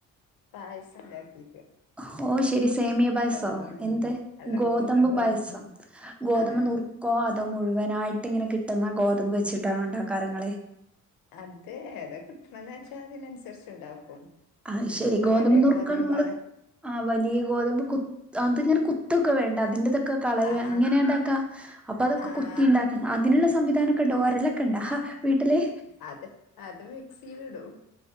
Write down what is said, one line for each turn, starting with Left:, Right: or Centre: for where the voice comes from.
Left: പായസം ഉണ്ടാക്കി
Centre: ആ ഓ ശരി സേമിയ പായസോ
Left: ഗോതമ്പോണ്ട്
Centre: എന്ത്
Left: അല്ല
Centre: ഗോതമ്പ്
Left: ഗോ ഗോതമ്പ്
Centre: പായസം ഗോതമ്പ്
Left: ആ ആ
Centre: നുറുക്കോ അതോ മുഴുവനായിട്ട് ഇങ്ങനെ കിട്ടുന്ന ഗോതമ്പ് വെച്ചിട്ടാണ ഉണ്ടോ കാര്യങ്ങളെ
Left: അത ഏതാ കിട്ടണന്ന് വെച്ചാ അതിനനുസരിച്ച ഉണ്ടാക്കും
Centre: ആഹ് ശരി
Left: ഇപ്പൊ
Centre: ഗോതമ്പ
Left: വലിയ
Centre: നുറുക്ക
Left: ഗോതമ്പാണ്
Centre: നിങ്ങള് ആ വലിയ ഗോതമ്പ് കു അന്ത ഇങ്ങനെ കുത്തൊക്കെ വേണ്ട അതിന്റതൊക്കെ കളയ
Left: ആ
Centre: ഇങ്ങനെണ്ടാക്ക
Left: ആ
Centre: അപ്പൊ അതൊക്കെ
Left: ആ
Centre: കൊത്തി
Left: ആ അത്
Centre: ഉണ്ടാക്കണം അതിനുള്ള സംവിധാനൊക്കെ ഉണ്ടോ ഒരലൊക്കെ ഉണ്ടാ വീട്ടില്
Left: അത് അത് മിക്സി ഇടും